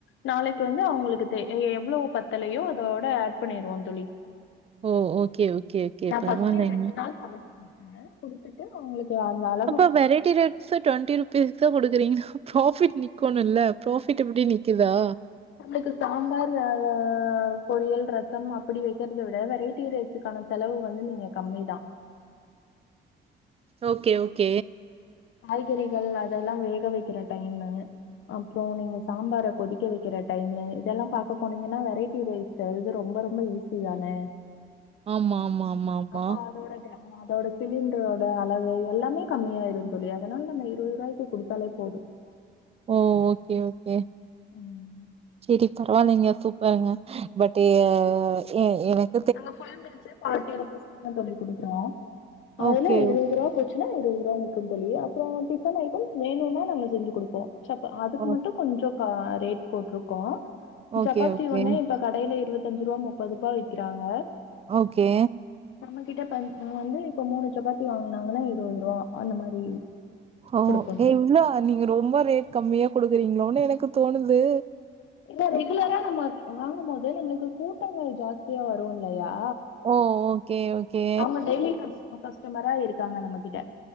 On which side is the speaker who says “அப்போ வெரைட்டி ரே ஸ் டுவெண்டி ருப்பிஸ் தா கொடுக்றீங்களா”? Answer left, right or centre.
Right